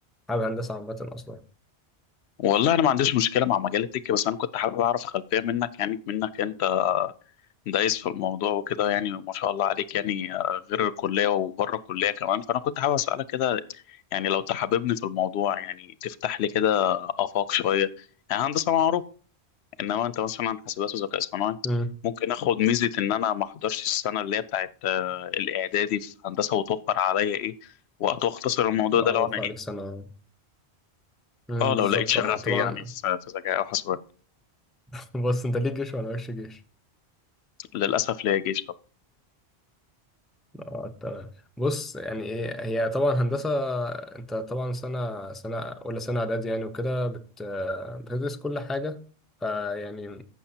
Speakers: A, in the centre; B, on the left.
A: حابب هندسة عامة أصلا؟
B: والله انا ما عنديش مشكله مع مجال التك بس انا كنت حابب اعرف خلفيه منك يعني منك انت دايس في الموضوع وكده يعني ما شاء الله عليك يعني آه، غير الكليه وبره الكليه كمان فانا كنت حابب اسالك كده يعني لو تحببني في الموضوع يعني تفتح لي كده افاق شويه يعني هندسه معروف انما انت مثلا حاسبات وذكاء اصطناعي
A: مم.
B: ممكن اخد ميزه ان انا ما احضرش السنه اللي هي بتاعت آه، الاعدادي في هندسه وتوفر عليا ايه وقت واختصر الموضوع
A: اه
B: ده لو
A: وفى
B: انا ايه
A: عليك سنة مم،
B: اه لو
A: بالظبط
B: لقيت شغفي
A: اه طبعا
B: يعني في في ذكاء او حاسبات
A: <laughs> بص أنت ليك جيش وأنا ماليش جيش
B: للأسف ليا جيش طبعا
A: اه تمام بص يعني ايه هي طبعا هندسه انت طبعا سنه سنه ولا سنه اعدادي يعني وكده بت بتدرس كل حاجه فيعني